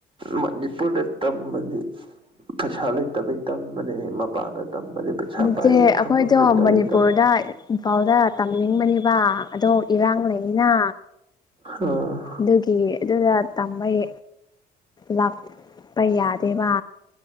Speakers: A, on the right (about 30°); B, on the left (about 25°).
A: ꯃꯅꯤꯄꯨꯔꯗ ꯇꯝꯕꯗꯤ ꯄꯩꯁꯥ ꯂꯩꯇꯕꯩ ꯇꯝꯕꯅꯤ ꯃꯄꯥꯟꯗ ꯇꯝꯕꯗꯤ ꯄꯩꯁꯥ
B: ꯅꯠꯇꯦ
A: ꯄꯥꯏꯕꯩ
B: ꯑꯩꯈꯣꯏꯗꯣ
A: ꯊꯝꯐꯝ ꯂꯩꯇꯕꯩ
B: ꯃꯅꯤꯄꯨꯔꯗ
A: ꯇꯝꯕ
B: ꯏꯝꯐꯥꯜꯗ ꯇꯝꯅꯤꯡꯕꯅꯤꯕ ꯑꯗꯣ ꯏꯔꯥꯡ ꯂꯩꯅ
A: ꯑ <inaudible>
B: ꯑꯗꯨꯒꯤ ꯑꯗꯨꯒ ꯇꯝꯕꯩ ꯂꯥꯛꯄ ꯌꯥꯗꯦꯕ